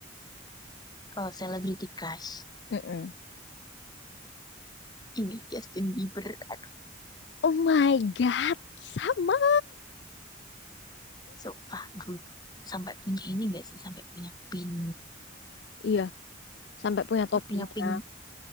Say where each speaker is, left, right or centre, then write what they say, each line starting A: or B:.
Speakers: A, on the left (about 20°); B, on the left (about 65°).
A: Kalau Celebrity Crush,
B: Mm-mm.
A: ini Justin Bieber. Aduh,
B: Oh my God, sama.
A: sumpah. Gue sampai punya ini nggak sih? Sampai punya pin.
B: Iya, sampai punya
A: Sampai
B: topinya.
A: punya pin.